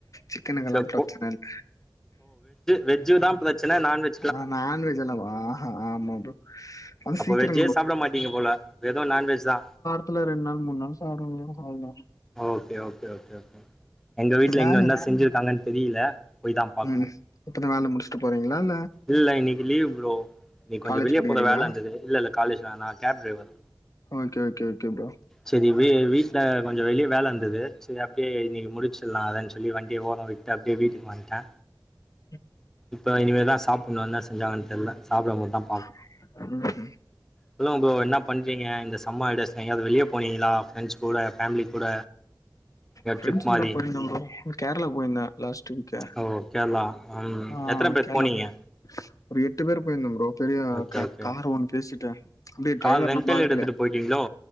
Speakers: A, on the left (about 45°); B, in the centre.
A: சிக்கனுக்கெல்லா
B: ச
A: பிரச்சனை இல்ல
B: வெஜ் தா பிரச்சன நான்வெஜ்
A: ஆ நான் வெஜ் எல்லா ஆ ஆமா அது
B: அப்போ
A: சீக்கிர
B: வெஜ்ஜே சாப்பிட மாட்டீங்க போல வெறு நான்வெஜ் தா
A: வாரத்துல ரெண்டு நாள் மூண் நாள் சாப்டுவ ப்ரோ அவ்ளோதா
B: ஓகே ஓகே ஓகே ஓகே எங்க வீட்ல
A: வேல
B: இன்னு என்ன செஞ்சிருக்காங்கனு தெரியல போய் தா பாக்கணு
A: ம் இப்பத்த வேல முடிச்சுட்டு போறீங்களா இல்
B: இல்ல இன்னைக்கு லீ்வு ப்ரோ இன்னைக்கு கொஞ்சோ
A: காலேஜ்
B: வெளிய
A: படிக்கிறீங்களா?
B: போற வேல இருந்தது இல்ல இல்ல காலேஜ்ல நா cab driver
A: okay okay okay bro
B: சரி வீ வீட்ல கொஞ்ச வெளிய வேல இருந்தது சரி அப்டியே இன்னைக்கி முடிச்சிலா அத சொல்லி வண்டிய ஓர விட்டு அப்டியே வீட்டுக்கு வந்துட்ட
A: ச <unintelligible>
B: இப்ப இனிமேதா சாப்புனு இன்னா செஞ்சாங்கன் தெரில சாப்பிடும் போது தா
A: ம்
B: சொல்லுங்க ப்ரோ என்ன பண்றீங்க இந்த சம்மர் ஹாலிடேஜஸ்ல எங்கயாவது வெளியே போனிங்ளா ஃப்ரெண்ட்ஸ் கூடஃபேமிலி கூட எங்கயாவது
A: ஃப்ரெண்ட்ஸ்
B: ட்ரிப் மாரி
A: கூட போயிருந்த ப்ரோ கேரளாக் போயிருந்த லாஸட் வீக்
B: ஓ கேரளா ம்
A: ஆ
B: எத்தன பேர்
A: கேரளாபோய்
B: போனீங்க
A: ஒரு எட்டு பேர் போயிருந்த ஃபுரோ பெரிய
B: ஓகே
A: கா
B: ஓகே
A: கார் ஒண்ணு பேசிட்ட அப்டி டிரைவர்
B: கார் ரெண்டல்
A: நம்ம ஆளுங்கலே
B: எடுத்துட்டு போயிட்டீங்களோ